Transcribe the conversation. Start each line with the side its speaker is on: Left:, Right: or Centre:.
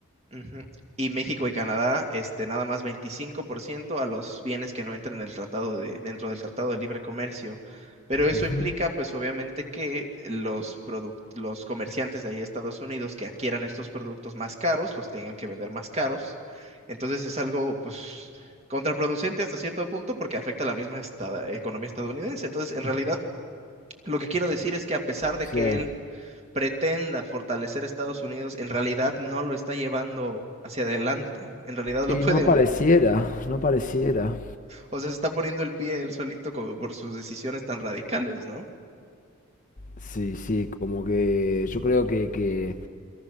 Right: Ujú. Y México y Canadá, este, nada más 25% a los bienes que no entren en el tratado de, dentro del Tratado de Libre Comercio. Pero eso
Left: Ujú.
Right: implica, pues obviamente, que los, produc- los comerciantes de ahí de Estados Unidos que adquieran estos productos más caros, los tengan que vender más caros. Entonces es algo, pues, contraproducente hasta cierto punto porque afecta a la misma estada- economía estadounidense. Entonces, en realidad, lo que quiero decir es que a pesar de
Left: Sí.
Right: que él pretenda fortalecer a Estados Unidos, en realidad no lo está llevando hacia adelante. En realidad lo
Left: Y
Right: puede,
Left: no pareciera, no pareciera.
Right: o sea, se está poniendo el pie él solito como por sus decisiones tan radicales, ¿no?
Left: Sí, sí, como que yo creo que, que-